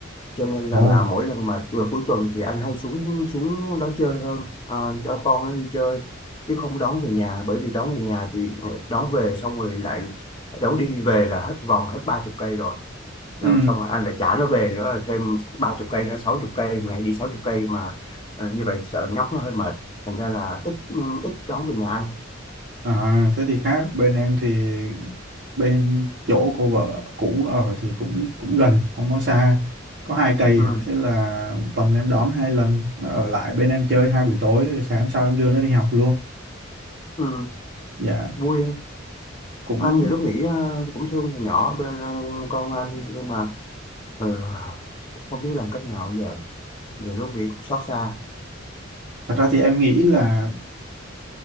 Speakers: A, on the left; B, on the right.
A: cho nên
B: Ồ
A: là là mỗi lần mà vừa cuối tuần thì anh hay xuống xuống đó chơi hơn ờ, cho con nó đi chơi chứ không đón về nhà bởi vì đón về nhà thì ờ, đón về xong rồi lại đón đi về là hết vòng hết ba chục cây rồi là
B: Ừ
A: xong rồi anh lại trả nó về nữa là thêm ba chục cây nữa sáu chục cây ngày đi sáu chục cây mà ờ, như vậy sợ nhóc nó hơi mệt thành ra là ít ít đón về nhà anh
B: À, thế thì khác bên em thì bên chỗ cô vợ cũ ở thì cũng cũng gần không có xa có hai cây
A: ừ,
B: à. Thế là tuần em đón hai lần nó ở lại bên em chơi hai buổi tối rồi sáng hôm sau em đưa nó đi học luôn
A: ừ,
B: dạ
A: vui không?
B: cũng
A: anh nhiều lúc nghĩ ờ, cũng thương thằng nhỏ bên ờ, con anh nhưng mà ờ, cũng không biết làm cách nào giờ nhiều lúc nghĩ cũng xót xa
B: <clears throat> thật ra thì em nghĩ là